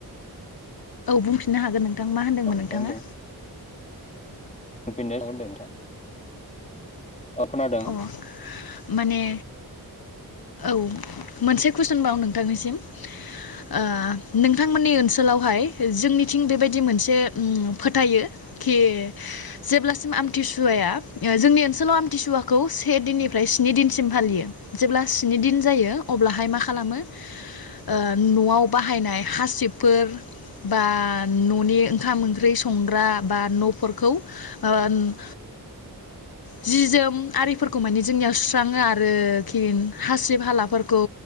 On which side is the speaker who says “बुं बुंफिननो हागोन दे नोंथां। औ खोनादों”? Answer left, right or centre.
Left